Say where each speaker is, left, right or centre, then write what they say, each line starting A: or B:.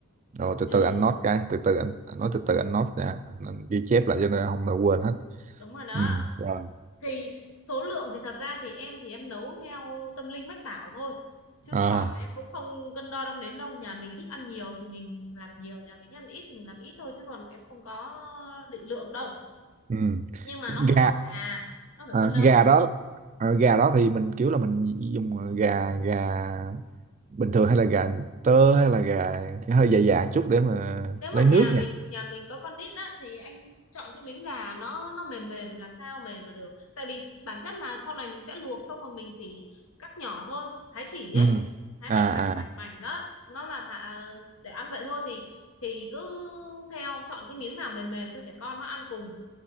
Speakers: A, on the right; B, on the left.
A: Rồi từ
B: trứng,
A: từ anh note cái, từ từ anh anh nói từ từ anh note ra, anh, anh ghi chép lại cho nên không là quên hết.
B: đúng rồi đó.
A: Ừ. Rồi.
B: thì số lượng thì thật ra thì em thì em nấu theo tâm linh mách bảo thôi chứ
A: À.
B: còn em cũng không cân đo đong đếm đâu nhà mình thích ăn nhiều thì mình làm nhiều nhà mình thích ăn ít thì mình làm ít thôi chứ còn em không có định lượng đâu
A: ừ.
B: nhưng mà
A: gà
B: nó phải có gà nó phải
A: à,
B: có nấm
A: gà đó à, gà đó thì mình kiểu là mình dùng gà gà bình thường hay là gà tơ hay là gà hơi dài dài chút để mà
B: nếu mà
A: lấy
B: nhà
A: nước
B: mình
A: nha
B: nhà mình có con nít á thì anh chọn cái miếng gà nó nó mềm mềm làm sao mềm mà được tại vì bản chất là sau này mình sẽ luộc xong rồi mình chỉ cắt nhỏ thôi thái chỉ
A: ừ
B: ấy thái
A: à
B: mảnh
A: à
B: mảnh mảnh mảnh đó nó là thả, để ăn vậy thôi thì thì cứ theo chọn cái miếng nào mềm mềm cho trẻ con nó ăn cùng